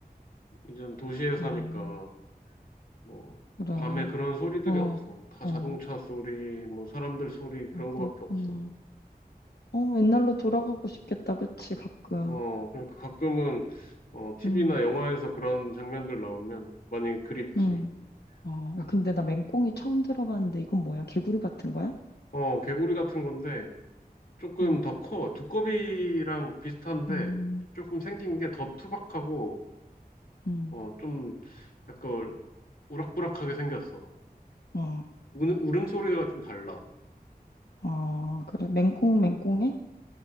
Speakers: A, on the left; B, on the left.
A: 이젠 도시에 사니까
B: 아,
A: 뭐
B: 그래.
A: 밤에 그런 소리들이
B: 와,
A: 없어. 다
B: 어,
A: 자동차 소리, 뭐 사람들 소리
B: 어,
A: 그런
B: 그렇구나.
A: 거밖에 없어.
B: 어, 옛날로 돌아가고 싶겠다, 그치, 가끔.
A: 어, 그러니까 가끔은 어, TV나
B: 응,
A: 영화에서 그런 장면들 나오면 많이 그립지.
B: 응. 어, 야,
A: 음.
B: 근데 나 맹꽁이 처음 들어봤는데 이건 뭐야? 개구리 같은 거야?
A: 어, 개구리 같은 건데 조금
B: 응,
A: 더 커. 두꺼비랑 비슷한데
B: 음,
A: 조금 생긴 게 더 투박하고
B: 응.
A: 어, 좀 약간 우락부락하게 생겼어.
B: 아,
A: 우, 울음소리가 좀 달라.
B: 아, 그래. 맹꽁, 맹꽁해?